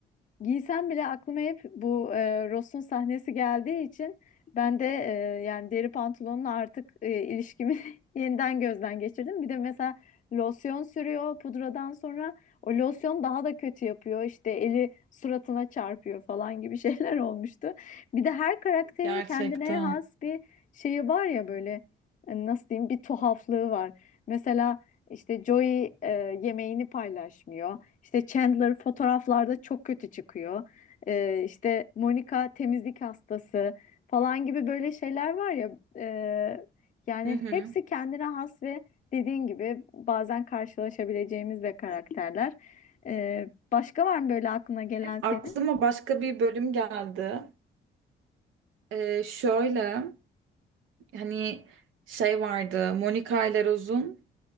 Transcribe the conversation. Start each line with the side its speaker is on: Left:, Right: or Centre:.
Left: Giysem bile aklıma hep bu e, Ross'un sahnesi geldiği için ben de e, yani deri pantolonla artık e, ilişkimi <laughs> yeniden gözden geçirdim. Bir de mesela losyon sürüyor pudradan sonra o losyon daha da kötü yapıyor. İşte eli suratına çarpıyor falan gibi şeyler <laughs> olmuştu. Bir de her karakterin
Right: <laughs> Gerçekten.
Left: kendine has bir şeyi var ya böyle e, nasıl diyeyim bir tuhaflığı var. Mesela işte Joey e, yemeğini paylaşmıyor. İşte Chandler fotoğraflarda çok kötü çıkıyor. Ee, işte Monica temizlik hastası falan gibi böyle şeyler var ya. e, yani
Right: Hı hı.
Left: hepsi kendine has ve dediğin gibi bazen karşılaşabileceğimiz de karakterler. Ee, başka var mı böyle aklına gelen
Right: Aklıma
Left: senin?
Right: başka bir bölüm geldi. Ee, şöyle hani şey vardı Monica ile Rose'un